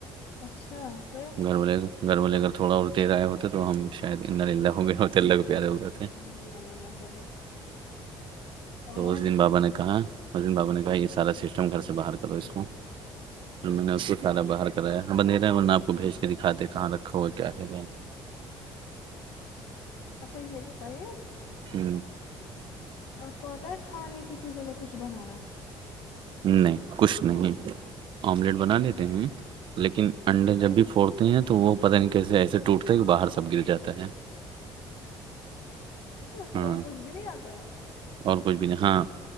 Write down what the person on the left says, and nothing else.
اچھا تو
ہ یہلہ نہ کرے
اور
اچھا
اچھا یہ بتائیے
آپ کو آتا ہے کھانے کی چیزوں میں کچھ بنانا
اور
کچھ بھی نہیں آتا ہے